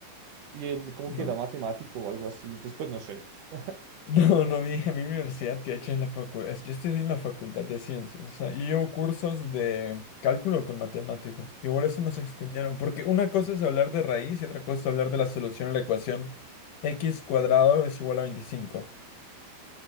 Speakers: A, on the right; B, on the left.
A: y él como
B: No.
A: que era matemático o algo así, entonces pues no sé. <laughs>
B: No, no, mi, a mí mi universidad, que de hecho es la facultad, yo estoy en la Facultad de Ciencias, o sea, y llevo cursos de cálculo con matemáticos, igual eso nos extendieron, porque una cosa es hablar de raíz y otra cosa es hablar de la solución a la ecuación x cuadrado es igual a 25,